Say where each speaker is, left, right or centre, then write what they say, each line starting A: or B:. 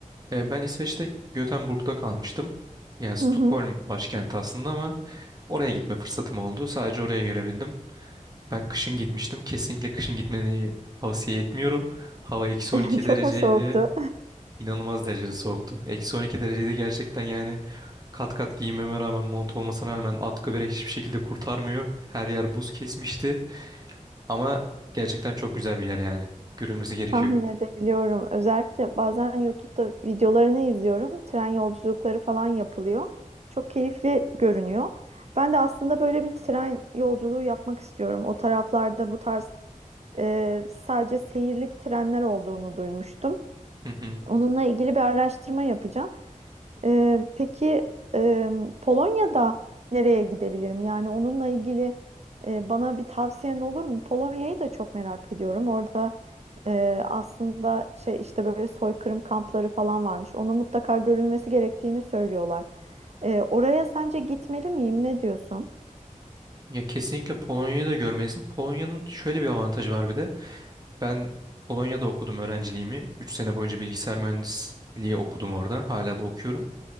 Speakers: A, on the right; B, on the right.
A: Ee, ben İsveç'te Göteborg'da kalmıştım. Yani Stockholm
B: Hı hı.
A: başkenti aslında ama oraya gitme fırsatım oldu. Sadece oraya görebildim. Ben kışın gitmiştim. Kesinlikle kışın gitmeni tavsiye etmiyorum. Hava eksi
B: <laughs>
A: 12
B: Çok
A: dereceydi.
B: mu soğuktu?
A: İnanılmaz derecede soğuktu. Eksi 12 derecede gerçekten yani kat kat giyinmeme rağmen mont olmasına rağmen atkı bere hiçbir şekilde kurtarmıyor. Her yer buz kesmişti. Ama gerçekten çok güzel bir yer yani. Görülmesi
B: <laughs>
A: gerekiyor.
B: Tahmin edebiliyorum. Özellikle bazen YouTube'da videolarını izliyorum. Tren yolculukları falan yapılıyor. Çok keyifli görünüyor. Ben de aslında böyle bir tren yolculuğu yapmak istiyorum. O taraflarda bu tarz e, sadece seyirlik trenler olduğunu duymuştum.
A: Hı hı.
B: Onunla ilgili bir araştırma yapacağım. E, peki e, Polonya'da nereye gidebilirim? Yani onunla ilgili e, bana bir tavsiyen olur mu? Polonya'yı da çok merak ediyorum. Orada e, aslında şey işte böyle soykırım kampları falan varmış. Ona mutlaka görülmesi gerektiğini söylüyorlar. E, oraya sence gitmeli miyim? Ne diyorsun?
A: Ya kesinlikle Polonya'yı da görmelisin. Polonya'nın şöyle bir avantajı var bir de. Ben Polonya'da okudum öğrenciliğimi. 3 sene boyunca bilgisayar mühendisliği okudum orada. Hala da okuyorum.